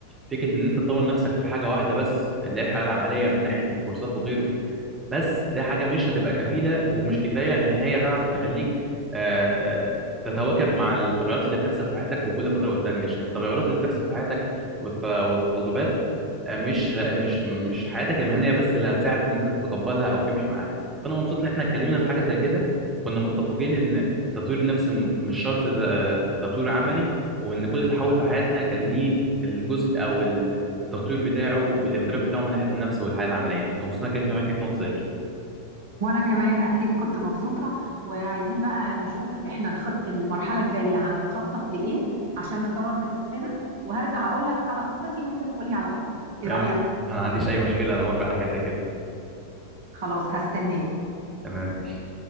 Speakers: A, on the right (about 15°); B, on the right (about 55°).
A: فكره ان انت تطور نفسك في حاجه واحده بس اللي هي الحياه العمليه من ناحيه الكورسات وغيره بس ده حاجة مش هتبقى كفيلة ومش كفاية إن هي تعرف تخليك آه، تتواكب مع التغيرات اللي بتحصل في حياتك وكل فترة والتانية عشان التغيرات اللي بتحصل في حياتك والت- والتقلبات آه، مش مش مش حياتك المهنية بس اللي هتساعد إن أنت تتقبلها أو تمشي معاها فأنا مبسوط إن إحنا اتكلمنا في حاجة زي كده وكنا متفقين إن تطوير النفس م- مش شرط ت- آه، تطوير عملي وإن كل تحول في حياتنا كان ليه الجزء أو التطوير بتاعه والاختلاف بتاعه من ناحيه النفس والحياه العمليه كنت مبسوط انك انت معاك في نقطه زي دي
B: وانا كمان اكيد كنت مبسوطه وعايزين بقى نشوف احنا الخط المرحله الجايه هنخطط لايه عشان نطور من نفسنا وهرجع اقول لك على خطتي وانت تقولي على خطتك
A: تمام
B: ايه رايك
A: انا ما عنديش اي مشكله انا موافق على حاجه زي كده
B: خلاص هستناك
A: تمام ماشي